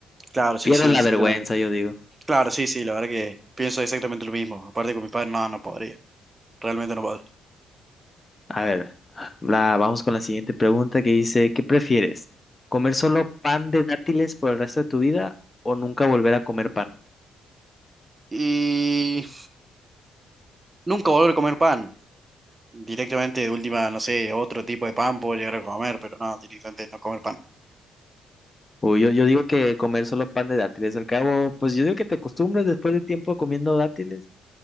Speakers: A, on the right; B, on the left.
A: claro, sí,
B: pierdes
A: sí,
B: la
A: exactamente.
B: vergüenza, yo digo.
A: Claro, sí, sí, la verdad que pienso exactamente lo mismo, aparte con mis padres, no, no podría. realmente no podré.
B: A ver, la, vamos con la siguiente pregunta que dice, ¿qué prefieres? ¿Comer solo pan de dátiles por el resto de tu vida o nunca volver a comer pan?
A: Y nunca volver a comer pan. Directamente, de última, no sé, otro tipo de pan puedo llegar a comer, pero no, directamente no comer pan.
B: Uy, yo, yo digo que comer solo pan de dátiles, al cabo, pues yo digo que te acostumbras después de tiempo comiendo dátiles